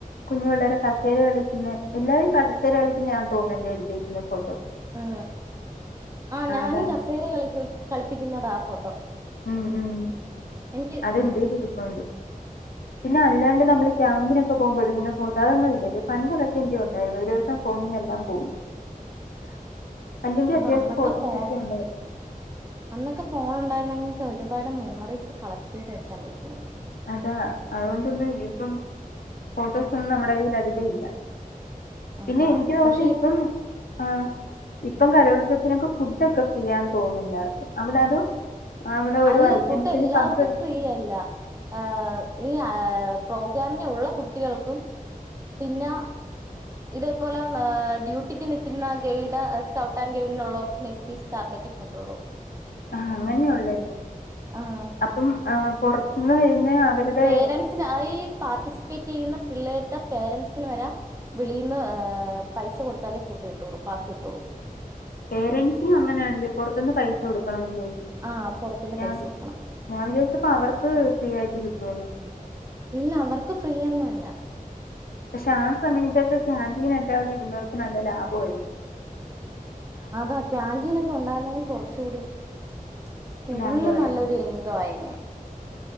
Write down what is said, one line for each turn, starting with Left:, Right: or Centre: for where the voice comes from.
Left: കുഞ്ഞു പിള്ളേരെ കസേര കളിക്കുന്നെ എല്ലാരേം സേര കളിക്കുന്ന്യാ തോന്നുന്നു എന്റെല് എട്ത്തേക്കുന്ന ഫോട്ടം
Right: ആ ആ ഞാനും
Left: അതാ
Right: കസേര കളിക്കു കളിപ്പിക്കുന്നതാ ആ ഫോട്ടോ
Left: ഉം ഉം
Right: എനിക്ക്
Left: അത് ന്റെല്ര്പ്പുണ്ട്
Right: ആഹ്
Left: പിന്നല്ലാണ്ട് നമ്മള് ക്യാമ്പിനൊക്കെ പോകുമ്പോ എടുക്കുന്ന ഫോട്ടോ അതൊന്നും ഇല്ലലെ പണ്ട് അതൊക്കെ എന്റെ ഉണ്ടായിരുന്നു ഒരു ദിവസം ഫോണീന്നെല്ലാം പോയി അല്ലെങ്കി
Right: അത
Left: അത്യാവശ്യം
Right: അന്നൊക്കെ
Left: ഫോട്ടോസൊക്കെ
Right: ഫോൺ
Left: ഉണ്ടാ
Right: അന്നൊക്കെ ഫോണുണ്ടായിരുന്നെങ്കി ഒരുപാട് മെമ്മറീസ് കളക്ട് ചെയ്ത് വെക്കാൻ പറ്റ്യേനെ
Left: അതാ അതോണ്ട് ഇന്ന് ഇപ്പം ഫോട്ടോസൊന്നും നമ്മുടെ കയ്യിൽ അധികം ഇല്ല
Right: അതാ
Left: പിന്നെ എനിക്ക് തോന്നി
Right: പക്ഷെ
Left: ഇപ്പം ആ ഇപ്പം കലോത്സവത്തിനൊക്കെ ഫുഡൊക്കെ ഫ്രീയാ തോന്ന് എല്ലാവർക്കും അവടെ അതോ അവിടെ ഓരോ
Right: അല്ല
Left: ഐറ്റംസിൽ
Right: ഫുഡെല്ലാവക്കും
Left: പങ്കെടു
Right: ഫ്രീയല്ല അ ഈ പ്രോഗ്രാമിന് ഒള്ള കുട്ടികൾക്കും പിന്നെ ഇതേപോലെ ഡ്യൂട്ടിക്ക് നിൽക്കുന്ന ഗൈഡ് സ്കൗട്ട് ആൻഡ് ഗൈഡ് ുള്ളവർക്കും എസ് താർക്കൊക്കെ കൊണ്ടുള്ളൂ
Left: ആ അങ്ങനെയള്ളല്ലേ
Right: ആഹ്
Left: അപ്പം പുറത്തന്ന് വരുന്ന അവരുടെ
Right: പേരന്സിന് ആ പാർട്ടിസിപ്പേറ്റ് ചെയ്യുന്ന പിള്ളേടെ പേരൻറ്സിന് വര വിളിന്ന് പൈസ കൊടുത്താലേ ഫുഡ് ഇട്ടോളൂ പാസ ഇട്ടളു
Left: പേരന്റ്സിനും അങ്ങനെയാണ്ട് പുറത്തനിന്ന് പൈസ കൊടുക്കണം
Right: ആഹ് പുറത്തുന്ന്
Left: ഞാൻ
Right: പൈസ കൊടുക്കണം
Left: ചാർച്ച് ദിവസപ്പോ അവർക്ക് ഫ്രീ ആയിട്ട് കിട്ടന്ന്
Right: ഇല്ല അവർക്ക് ഫ്രീൊയോന്നുംല്ല
Left: പക്ഷെ ആ സമയത്തൊക്കെ ചാന്തിീനൊക്കെ അവിടെ ഇടുന്നോർക്കൊക്കെ നല്ല ലാഭായിരിക്കും ലാഭയിരിക്കും
Right: അതാ ക്യാാന്റീൻ ഒക്കെ ഉണ്ടായിരുന്നെങ്കിൽ കൊറച്ച കൂടി സ്കൂളില്
Left: ലാഭമായി
Right: നല്ലൊരു എന്തോ ആയിനെ